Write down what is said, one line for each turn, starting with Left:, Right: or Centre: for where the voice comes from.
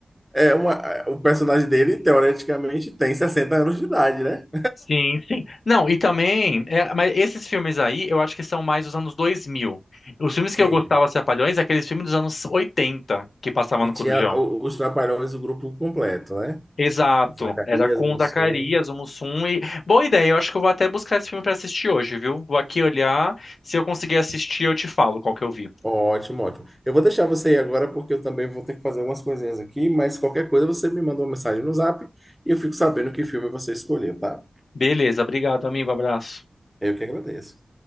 Centre: é uma, é, o personagem dele, teoreticamente, tem 60 anos de idade, né?
Left: Sim, sim. Não, e também, é, mas esses filmes aí, eu acho que são mais dos anos 2000. Os filmes
Centre: Sim.
Left: que eu gostava, Trapalhões, é aqueles filmes dos anos 80 que passavam
Centre: E
Left: no
Centre: tinha
Left: Corujão.
Centre: o- os Trapalhões, o grupo completo, né?
Left: Exato,
Centre: Zacarias,
Left: era com
Centre: Mussum.
Left: o Zacarias, o Mussum e... Boa ideia, eu acho que eu vou até buscar esse filme pra assistir hoje, viu? Vou aqui olhar, se eu conseguir assistir, eu te falo qual que eu vi.
Centre: Ótimo, ótimo. Eu vou deixar você ir agora porque eu também vou ter que fazer algumas coisinhas aqui, mas qualquer coisa você me manda uma mensagem no Zap e eu fico sabendo que filme você escolheu, tá?
Left: Beleza, obrigado, amigo, abraço.
Centre: Eu que agradeço.